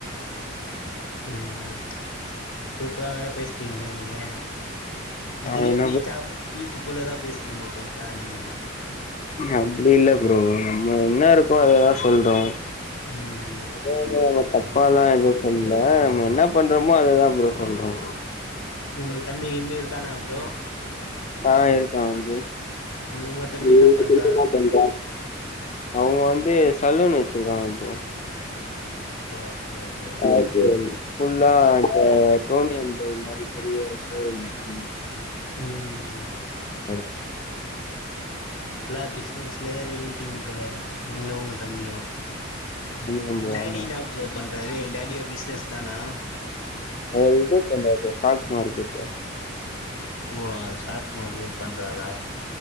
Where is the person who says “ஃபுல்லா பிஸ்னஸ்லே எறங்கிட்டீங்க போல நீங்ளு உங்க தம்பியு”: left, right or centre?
Left